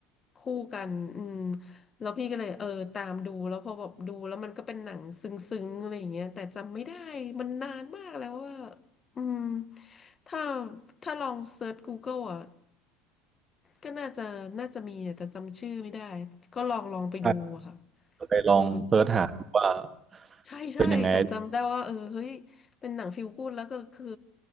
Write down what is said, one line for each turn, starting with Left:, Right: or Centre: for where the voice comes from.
Left: คู่กันอืม แล้วพี่ก็เลยเออตามดูแล้วพอแบบดูแล้วมันก็เป็นหนังซึ้งๆอะไรอย่างเงี้ยแต่จำไม่ได้มันนานมากแล้วว่าอืมถ้าถ้าลองเซิร์ช Google อ่ะก็น่าจะน่าจะมีอะแต่จำชื่อไม่ได้ก็ลองลองไปดูอะค่ะ
Right: ได้เดี๋ยวไปลองเซิร์ชหาดูว่า
Left: เออ ใช่ใช่แต่จำได้ว่าเออเฮ้ยเป็นหนังฟีลกู๊ดแล้วก็คือ
Right: เป็นยังไง